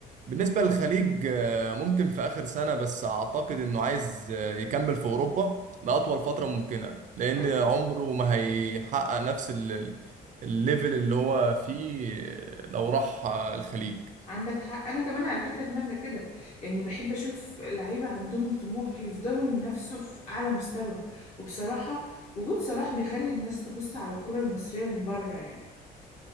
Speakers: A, on the right; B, on the left.
A: بالنسبة للخليج آه، ممكن في آخر سنة بس أعتقد إنه عايز آه، يكمل في أوروبا لأطول فترة ممكنة لأن
B: على
A: عمره ما هيحقق نفس ال- الليفل اللي هو فيه آه، لو راح آه، الخليج
B: عندك حق انا كمان على فكره اتمنى كده يعني بحب اشوف لعيبه عندهم طموح يفضلوا ينافسوا في اعلى مستوى وبصراحه وجود صلاح بيخلي الناس تبص على الكره المصريه من بره يعني